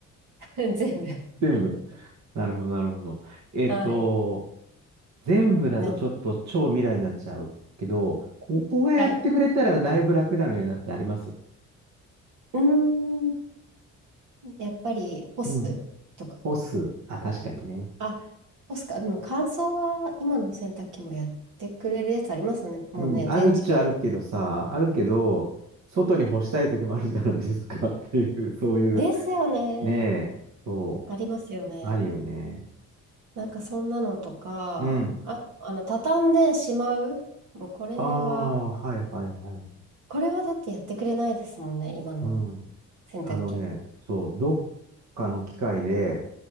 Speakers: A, on the right; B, on the right.
A: <laughs> 全部。
B: <laughs> 全部。なるほど、なるほど。えっと、
A: はい。
B: 全部だとちょっと超未来になっちゃうけど、
A: なん、
B: ここがやってくれたらだいぶ楽なのになってあります
A: はい。うーん。やっぱり干すとか
B: うん干す。あ、確かにね。
A: も。あ、干すか。でも乾燥は今の洗濯機もやってくれるやつありますね。もうね、
B: うん、あるっちゃあるけどさ、
A: 全自動。
B: あるけど、外に干したい時もあるじゃないですか <laughs> っていう、そういう、
A: ですよ
B: ねえ、
A: ね。
B: そ
A: ありますよね。
B: う、あるよね。
A: なんかそんなのとか、
B: うん。
A: あ、あの、畳んでしまう。もうこれは、
B: ああ、はいはいはい。
A: これはだってやってくれないですもんね、今の
B: うん。
A: 洗濯機。
B: あのね、そう、どっかの機械で、